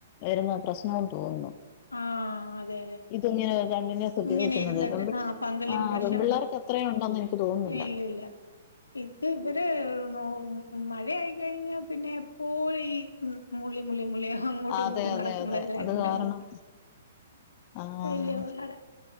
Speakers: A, on the left (about 40°); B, on the left (about 80°).
A: വെരുന്ന പ്രശ്നോന്ന് തോന്നുന്നു.
B: ആ അതെ അതെ
A: ഈ തുണിയങ്ങനെ കണ്ടിന്യൂസ് ഉപയോ
B: ഇങ്ങനെ
A: ഗിക്കുന്നത്
B: ഇരുന്നിട്ട് ആ ഫംഗൽ
A: ആഹ്
B: ഇൻഫെക്ഷൻ
A: പെംപിള്ളേർക്കത്രെയുണ്ടെന്ന്
B: വരും
A: എനിക്ക് തോന്ന്ന്നില്ല.
B: ഇല്ലില്ല ഇത് ഇവര് <unintelligible> മ് മഴ ആയിക്കഴിഞ്ഞാപിന്നെ എപ്പോഴീ മുള്ളി മുള്ളി മുള്ളിയ അങ്ങോട്ടും
A: അതെ
B: ഇങ്ങോട്ടും
A: അതെ
B: നടക്കുമ്പളെല്ലാം
A: അതെ അത്
B: ഇങ്ങനെ
A: കാരണം ആഹ്
B: വല്യപാട